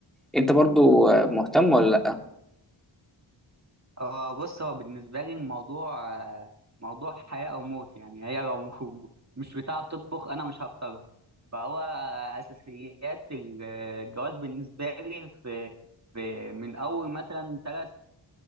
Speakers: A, in the centre; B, on the right (about 35°).
A: أنت برضه مهتم ولا لأ؟
B: آه، بص هو بالنسبة لي الموضوع آه، موضوع حياة أو موت يعني هي لو <laughs> م- مش بتعرف تطبخ أنا مش هختارها فهو أساسيات الجواز بالنسبة لي في في من أول مثلا ثلاث